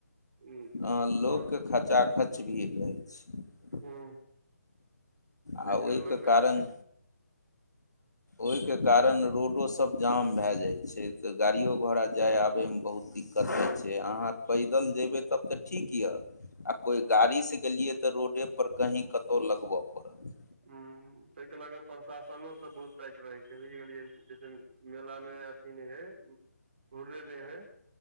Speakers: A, on the right; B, on the left.
A: हूँ
B: हाँ लोकके
A: आओर
B: खचा खच भीड़ रहै छै
A: हूँ ताहिके
B: आ ओहिके
A: लऽ के
B: कारण ओहिके कारण रोडो सब जाम भए जाइ छै तऽ गाड़ियो घोड़ा
A: हूँ
B: जाय आबे मे बहुत दिक्कत नहि छै अहाँ पैदल जयबै तब तऽ ठीक यए आ कोइ गाड़ीसँ गेलियै तऽ रोडेपर कहीँ कतहु लगब पड़त
A: ह तइके लऽ कऽ प्रशाासनो सब बहुत टाइट रहै छै बुझि गेलियै जैसे मेला मे अथी नहि हैय हुरे नहि हैय